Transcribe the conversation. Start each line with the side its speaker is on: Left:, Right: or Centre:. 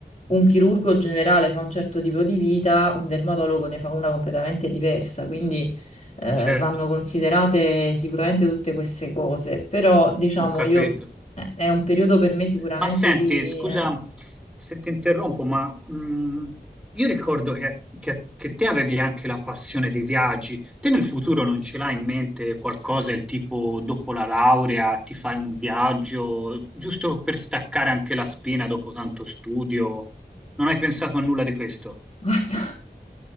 Left: un chirurgo generale fa un certo tipo di vita, un dermatologo ne fa una completamente diversa, quindi eh,
Centre: certo,
Left: vanno considerate sicuramente tutte queste cose, però diciamo
Centre: ho capito.
Left: io eh, È un periodo per me sicuramente
Centre: Ma senti,
Left: di...
Centre: scusa
Left: eh,
Centre: se ti interrompo, ma mh, io ricordo che, che- che te avevi anche la passione dei viaggi. Te nel futuro non ce l'hai in mente qualcosa, il tipo dopo la laurea ti fai un viaggio, giusto per staccare anche la spina dopo tanto studio? Non hai pensato a nulla di questo?
Left: <laughs> guarda,